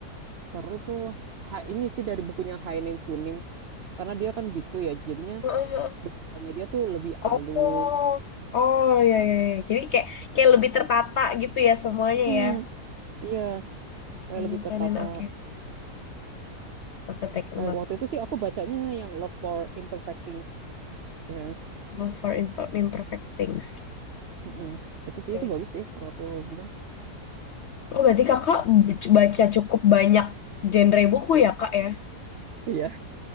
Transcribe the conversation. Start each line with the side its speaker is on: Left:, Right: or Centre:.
Right: seru tuh ha, ini sih dari bukunya Haenim Sunim karena dia kan biksu ya jadinya
Left: Heeh.
Right: bahasanya dia tuh lebih
Left: Oh,
Right: alus
Left: oh ya ya. ya. Jadi kayak kayak
Right: Eh,
Left: lebih tertata gitu ya semuanya
Right: mm,
Left: ya.
Right: iya kayak
Left: Finance,
Right: lebih tertata
Left: finance, oke. Aku take
Right: kayak
Left: notes.
Right: waktu itu sih aku bacanya yang Love for Imperfect Things ya kan?
Left: Not for imper- imperfect things.
Right: Mm-mm. itu sih
Left: Oke.
Right: itu bagus sih kalau aku bilang
Left: Oh, berarti kakak b- baca cukup banyak genre buku ya kak ya?
Right: iya